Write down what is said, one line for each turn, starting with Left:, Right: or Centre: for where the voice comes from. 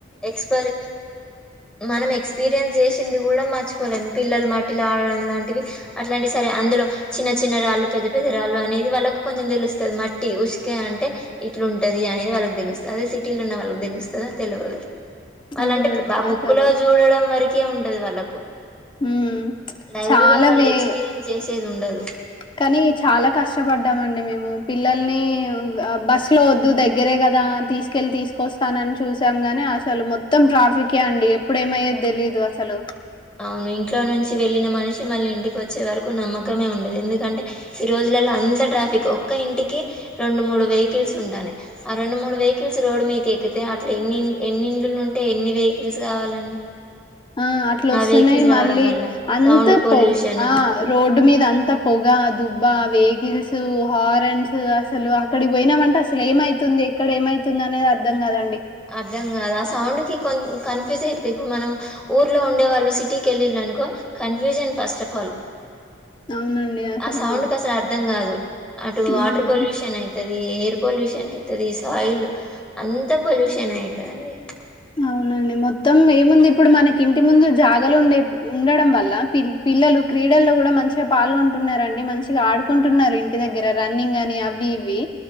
Centre: ఎక్స్పరి మనం ఎక్స్పీరియన్స్ చేసింది కూడా మర్చిపోలేము పిల్లలు మట్టిలు ఆడడం లాంటివి అట్లాంటివి సరే అందులో చిన్న చిన్న రాళ్ళు పెద్ద పెద్ద రాళ్ళు అనేది వాళ్ళకు కొంచెం తెలుస్తుంది మట్టి ఉసుకే అంటే ఇట్లు ఉంటది అనేది వాళ్ళకి తెలుస్తది అదే సిటి టీలో ఉన్నవాళ్ళు కి తెలుస్తదా తెలువదో వాళ్ళ
Left: అవునండి
Centre: అంటే ఆ బుక్కు
Left: అసలు
Centre: లో చూడడం వరకి కే ఉంటది వాళ్ళలకు
Left: ఉమ్,
Centre: లైవ్
Left: చాలా
Centre: గా వాళ్ళు
Left: వే
Centre: ఎక్స్పీరియన్స్ చేసి చేదుండదు
Left: కానీ చాలా కష్టపడ్డామండి మేము పిల్లల్ని బస్సు లో వద్దు దగ్గరే కదా తీసుకెళ్ళి తీసుకొస్తానని చూసాం గాని అసలు మొత్తం ట్రాఫిికే అండి ఎప్పుడు ఏమయిద్దో తెలీదు అసలు
Centre: అవును ఇంట్లో నుంచి వెళ్ళిన మనిషి మళ్ళీ ఇంటికి వచ్చే వరకు నమ్మకమే ఉండదు ఎందుకంటే ఈ రోజులలో అంత ట్రాఫిక్ ఒక్క ఇంటికి రెండు మూడు వెహికిల్స్ ఉంటానేయి ఆ రెండు మూడు వెహికల్స్ రోడ్డు మీక ఎక్కితేా అట్లా ఎన్ని ఎన్నింళలు ఉంటే ఎన్ని వెహికిల్స్ కావాలండి
Left: ఆ అట్లా
Centre: ఆ
Left: వస్తున్నాయి
Centre: వెహికల్స్ రావడం
Left: మళ్ళీ
Centre: వల్ల
Left: అంత
Centre: సౌండ్ పొల్యూషన్
Left: పొగు ఆ రోడ్డు మీద ఇ అంతా పొగ దుబ్బ వెహికల్స్ హారన్స్ అసలు అక్కడికి పోయినామంటే అసలు ఏమైతుంది ఎక్కడ ఏమైతుంది అనేది అర్ధం కదండి
Centre: అర్థం కాదు ఆ సౌండ్కి కొ కన్ఫ్యూజ్ అయిపోతుంది ఇప్పుడు మనం ఊర్లో ఉండే వాళ్ళు సిటీకి వెళ్ళళనుకో కన్ఫ్యూజన్ ఫస్ట్ ఆ ఫాల్
Left: అవునండి. అసలు
Centre: ఆ సౌండ్
Left: వామ్
Centre: క అసలు అర్ధం కాదు అటు
Left: హ్మ్.
Centre: వాటర్ పొల్యూషన్ అయితది ది ఎయిర్ పొల్యూషన్ అయితుది సాయిల్ అంత పొల్యూషన్ అయితదండి
Left: అవునండి మొత్తం ఏముంది ఇప్పుడు మనకి ఇంటి ముందు జాగాలు ఉండే ఉండడం వల్ల పిల్ పిల్లలు క్రీడల్లో కూడా మంచిగా పాల్గొంటున్నరండి మంచిగా ఆడుకుంటున్నారు ఇంటి దగ్గర రన్నింగ్ అని అవి ఇవి